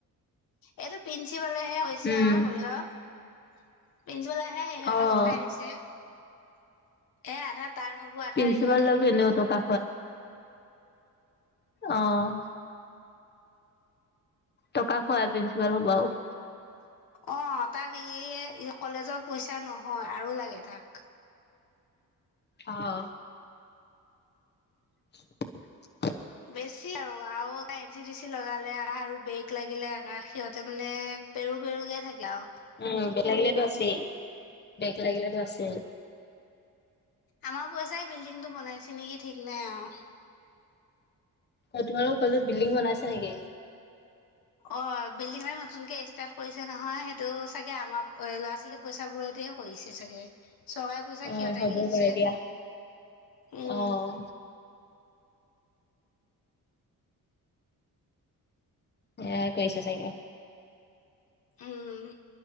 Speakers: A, on the left; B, on the left.
A: এইটো প্ৰিঞ্চিপালেহে কৈছে
B: উম,
A: আমাৰ কলেজত প্ৰিঞ্চিপালে। এই সিহঁতৰ
B: অ',
A: পঠাই দিছে এ আধাত তাৰ হ'ব আধা,
B: প্ৰিন্সিপাল
A: ইহঁতৰ
B: দালটো
A: হ'ব
B: এনেও
A: আৰু
B: টকা অহ'। টকা খোৱা আ' প্ৰিন্সিপাল বাৰু।
A: অ, তাক এই-এইয়ে কলেজৰ পইচা নহয় আৰু লাগে তাক।
B: অ', <unintelligible>
A: বেছি আৰু-আৰু আকা এঞ্চি যি চি লগালে আৰু বেগ লাগিলে আকা সিহতে মানে এ পেৰু-পেৰু থাকে আৰু।
B: উম, বেক লাগিলেতো আছেই -বেক লাগিলেতো আছেই।
A: আমাৰ পইচাই বিল্ডিংটো বনাইছে নেকি ঠিক নাই আৰু।
B: অ, তোমালোকৰ কলেজত বিল্ডিং বনাইছে নেকি?
A: অ, বিল্ডিং এটা নতুনকে ষ্টাৰ্ট কৰিছে নহয় সেইটো চাগে আমাৰ ল'ৰা-ছোৱালী পইচা বোৰত অ, তেওঁ কৰিছে চাগে। চৰকাৰৰ পইচা
B: অ',
A: সিহঁতে
B: হ'ব
A: গেলিছে
B: পাৰে দিয়া।
A: উম।
B: অ', সেয়াই কৰিছে চাগে।
A: উম,